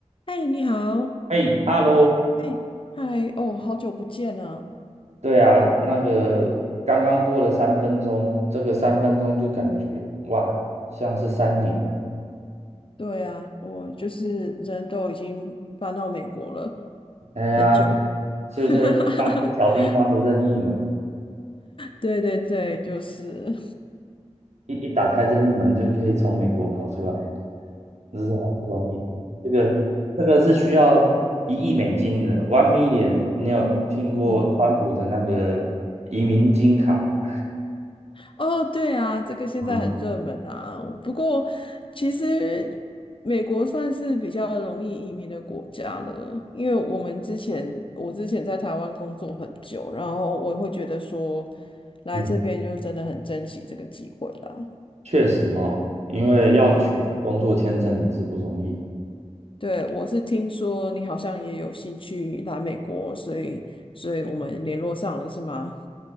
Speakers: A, on the left (about 50°); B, on the right (about 70°).
A: 嗨，你好，
B: 哎，Hello，
A: 哎，嗨，哦，好久不见啊！
B: 对啊，那个刚刚过了三分钟，这个三分钟就感觉哇，像是三年了。
A: 对啊，我就是人都已经搬到美国了，
B: 哎呀，
A: 很久。
B: 就是像是小叮当的任意门，
A: <laughs> 对对对，就是，
B: 一一打开任意门就可以从美国跑出来，这是很不容易。这个这个是需要一亿美金的，one million。你有听过川普的那个移民金卡吗？
A: 嗯，哦，对啊，这个现在很热门啊。
B: 嗯
A: 不过，其实美国算是比较容易移民的国家了，因为我们之前我之前在台湾工作很久，然后我会觉得说，来这边就真的很珍惜这个机会啦。
B: 嗯，确实哈，因为要取得工作签证也是不容易。
A: 对。对，我是听说你好像也有兴趣来美国，所以，所以我们联络上了，是吗？